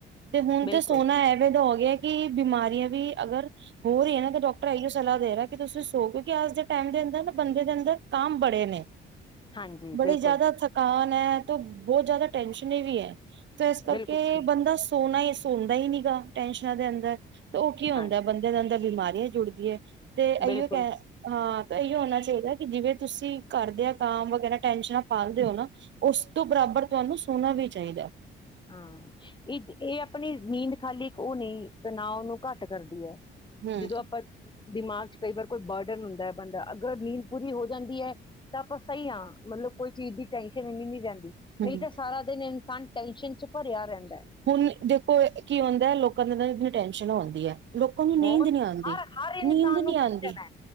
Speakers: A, on the right; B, on the left.
A: ਤੇ ਹੁਣ
B: ਬਿਲਕੁਲ
A: ਤੇ ਸੋਹਨਾ ਐਵੇ ਡ ਇਹ ਕਿ ਬਿਮਾਰੀਆਂ ਵੀ ਅਗਰ ਹੋ ਰਹੀ ਨਾ ਤਾਂ ਡਾਕਟਰ ਇਓ ਸਲਾਹ ਦੇ ਰਿਹਾ ਕਿ ਤੁਸੀਂ ਸੋ ਕਿਉਂਕਿ ਅਜ ਦੇ ਟਾਈਮ ਦੇ ਅੰਦਰ ਨਾ ਬੰਦੇ ਦੇ ਅੰਦਰ ਕਮ ਬੜੇ ਨੇ
B: ਹਾਂਜੀ
A: ਬੜੇ
B: ਬਿਲਕੁਲ
A: ਜਿਆਦਾ ਥਕਾਨ ਮੈ ਬਹੁਤ ਜਿਆਦਾ ਟੈਸ਼ਨ ਇਹ ਵੀ ਹੈ ਤੇ ਇਸ ਕਰਕੇ
B: ਬਿਲਕੁਲ
A: ਬੰਦਾ ਸੋਨਾ ਹੀ ਹੁੰਦਾ ਹੀ ਨੀ ਗਾ ਟੈਨਸ਼ਨਾਂ ਦੇ ਅੰਦਰ ਉਹ ਕੀ ਹੁੰਦਾ
B: ਹਾਂ
A: ਬੰਦੇ ਦਾ ਅੰਦਾ ਬਿਮਾਰੀ ਜੁੜਦੀ ਹੈ। ਤੇ ਇਹੀਓ
B: ਬਿਲਕੁਲ
A: ਕਹਿ ਹਾਂ ਤੇ ਇਹੀਓ ਹੋਣਾ ਚਾਹੀਦਾ। ਕਿ ਜਿਵੇਂ ਤੁਸੀਂ ਘਰਦਿਆਂ ਕੰਮ ਵਗੈਰਾ ਟੈਨਸ਼ਨਾਂ ਪਾਲਦੇ ਹੋ ਨਾ ਉਸ ਤੋਂ ਬਰਾਬਰ ਤੁਹਾਨੂੰ ਸਣਾਨਾ ਵੀ ਚਾਹੀਦੈ।
B: ਹਾਂ ਇਹ ਇਹ ਆਪਣੇ ਨੀਂਦ ਖਾਲੀ ਇੱਕ ਉਹ ਨਹੀਂ ਤੇ ਨਾ ਉਹਨੂੰ ਘੱਟ ਕਰਦੀ ਹੈ।
A: ਹਮ
B: ਜਦੋਂ ਆਪਾਂ ਦਿਮਾਗ ਚ ਕਈ ਵਾਰ ਕੋਈ ਬਰਡਨ ਹੁੰਦਾ ਹੈ ਬੰਦਾ ਅਗਰ ਨੀਂਦ ਪੂਰੀ ਹੋ ਜਾਂਦੀ ਹੈ ਤਾਂ ਆਪਾਂ ਸਹੀ ਹਾਂ ਮਤਲਬ ਕੋਈ ਚੀਜ਼ ਦੀ ਟੈਂਨਸ਼ਨ ਇੰਨੀ ਨੀ ਰਹਿੰਦੀ।
A: ਹਮ
B: ਨਹੀਂ ਤਾਂ ਸਾਰਾ ਦਿਨ ਇੰਝ ਟੈਨਸ਼ਨ ਚ ਭਰਿਆ ਰਹਿੰਦਾ ਏ।
A: ਹੁਣ ਦੇਖੋ ਕੀ ਹੁੰਦਾ ਲੋਕਾਂ ਦਾ ਟੈਨਸ਼ਨ ਹੁੰਦੀ ਹੈ। ਲੋਕਾਂ ਨੂੰ ਨੀਂਦ
B: ਬਹੁਤ
A: ਨੀ ਆਦੀ
B: ਹਰ ਹਰ
A: ਨੀਂਦ
B: ਇਨਸਾਨ
A: ਨੀ
B: ਨੂੰ ਟੈਨਸ਼ਨ
A: ਆਦੀ
B: ਹੈ